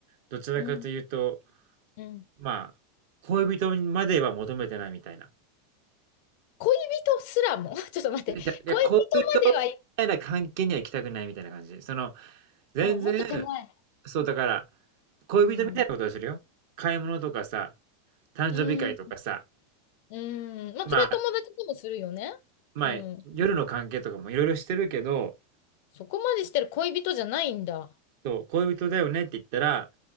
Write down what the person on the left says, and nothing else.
うん、うん。
恋人すらも、<laughs> ちょっと待って、
恋人まではい、
あもっと手前。
うん。
うん。うん。まあ、
それは友達でもするよね。
うん。
そこまでしてる恋人じゃないんだ。